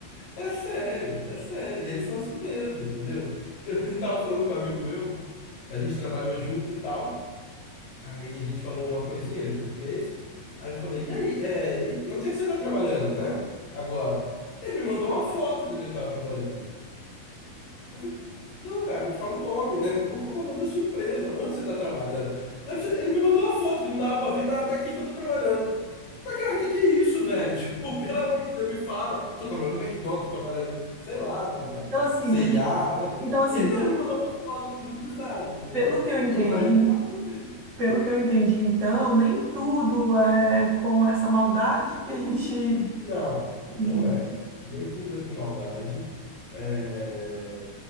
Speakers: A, on the left (about 65°); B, on the right (about 35°).
A: É sério, é sério. E eles são assim mesmo, entendeu? Eu <laughs> tava falando com um amigo meu, a gente trabalhou junto e tal. Aí a gente falou uma coisinha, ele é português. Aí eu falei, e aí, é, e e onde é que você tá trabalhando, né? Agora. Ele me mandou uma foto de onde ele tava trabalhando. Eu falei, não, cara, me fala o nome, né? Qual, qual que é o nome da sua empresa? Onde você tá trabalhando? Não é possível- Ele me mandou uma foto que não dava pra ver nada, é aqui que eu tô trabalhando. Mas, cara, o que que é isso, velho? <laughs> Tipo, pelo amor de Deus, me fala. Tô trabalhando no McDonald's, tô trabalhando, sei lá, na, na,
B: Então,
A: na
B: assim,
A: C&A, né?
B: então, assim,
A: Ele
B: pelo,
A: não, ele me mandou uma foto que não diz nada, entendeu?
B: pelo que eu
A: E,
B: entendi,
A: e pra ele tava perfeito.
B: pelo que eu entendi, então, nem tudo é com essa maldade que a gente.
A: Não, não
B: Hum,
A: é. Nem tudo é com maldade. É,